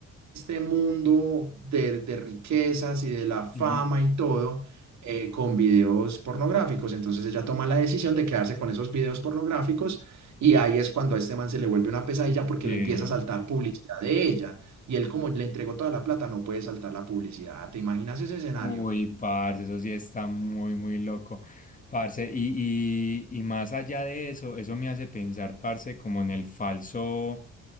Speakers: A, on the right; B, on the left.
A: este mundo de, de riquezas y de la fama
B: Ujú.
A: y todo eh, con videos pornográficos. Entonces ella toma la decisión de quedarse con esos videos pornográficos y ahí es cuando a este man se le vuelve una pesadilla porque
B: Sí.
A: le empieza a saltar publicidad de ella y él como le entregó toda la plata no puede saltar la publicidad. ¿Te imaginas ese escenario?
B: Uy, parce, eso sí está muy, muy loco. Parce, y, y, y más allá de eso, eso me hace pensar, parce, como en el falso.